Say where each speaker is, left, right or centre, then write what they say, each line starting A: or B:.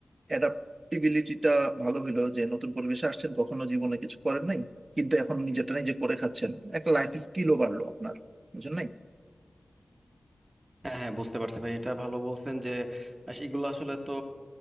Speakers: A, on the right; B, on the right.
A: অ্যাডাপ্টিবিলিটিটা ভালো হইলো যে নতুন পরিবেশে আসছেন কখনো জীবনে কিছু করেন নাই কিন্তু এখন নিজেরটা নিজে করে খাচ্ছেন একটা লাইফ স্কিলও বাড়লো আপনার বুঝলেন নাই
B: হ্যাঁ হ্যাঁ বুঝতে পারছি ভাই এটা ভালো বলছেন যে আস- এগুলো আসলে তো